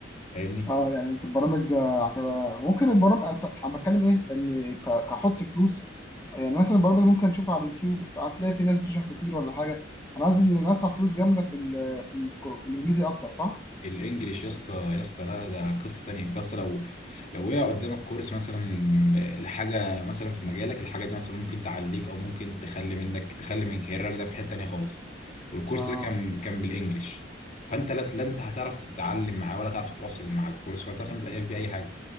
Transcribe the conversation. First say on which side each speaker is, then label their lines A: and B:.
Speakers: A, on the left (about 40°); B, on the left (about 15°).
A: فاهمني
B: اه يعني انت البرامج آه، هتبقى ممكن البرامج أصلاً انا بتكلم ايه ان ك- كحط فلوس يعني مثلا البرامج ممكن نشوفها على اليوتيوب هتلاقي في ناس بتشرح كتير ولا حاجة انا قصدي ان ندفع فلوس جامدة في ال في, ال في الانجليزي اكتر صح؟
A: الانجليش يا اسطى يا اسطى لا ده قصه تانية انت اصلا لو لو وقع قدامك كورس مثلا لحاجه مثلا في مجالك الحاجه دي مثلا ممكن تعليك او ممكن تخلي منك تخلي من كاريرك ده في حته تانية خالص والكورس
B: اه
A: ده كان كان بالانجليش فانت لا لا انت هتعرف تتعلم معاه ولا تعرف تتواصل مع الكورس ولا تعرف تعمل باي حاجه